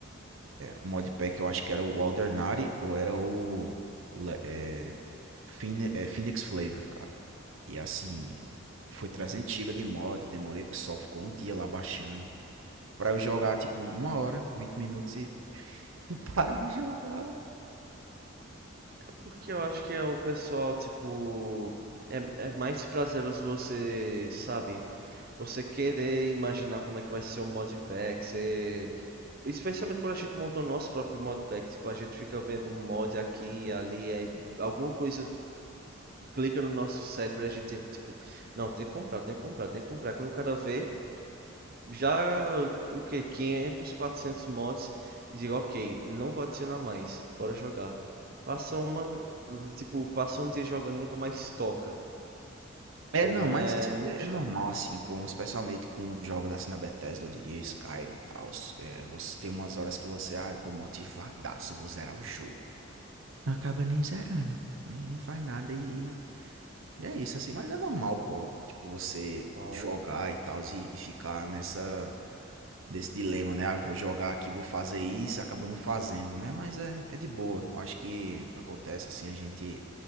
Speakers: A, on the right; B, on the right.
A: O modpack eu acho que era o Aldernari ou era o, o é, Phine- é, Phoenix Flavor, cara. E assim, foi 300 GB de mod, demorei que só ficou um dia lá baixando. Pra eu jogar tipo uma hora, 20 minutos e, <laughs> e parar de jogar.
B: É Porque eu acho que é o pessoal, tipo, é, é mais prazeroso você, sabe? Você querer imaginar como é que vai ser o modpack, você... Especialmente quando a gente montou o nosso próprio modpack, tipo, a gente fica vendo um mod aqui e ali, aí alguma coisa clica no nosso cérebro e a gente, tipo, não, tem que comprar, tem que comprar, tem que comprar. Quando o cara vê, já, o que, 500, 400 mods e digo, ok, não vou adicionar mais, bora jogar. Passa uma, tipo, passa um dia jogando e nunca mais toca.
A: É,
B: Pô,
A: não,
B: mano,
A: mas
B: é
A: isso
B: muito
A: é,
B: chato.
A: é normal, assim, com, especialmente com jogos assim da Bethesda, eu diria Skyrim e tal. É, você tem umas horas que você, ah, eu tô motivadaço, eu vou zerar o jogo. Acaba nem zerando, nem, nem faz nada e, E é isso, assim, mas é normal, pô, tipo, você
B: Mal.
A: jogar e tal, e, e ficar nessa, nesse dilema, né? Ah, eu vou jogar aqui, vou fazer isso, acaba não fazendo, né? Mas é, é de boa. Eu acho que acontece, assim, a gente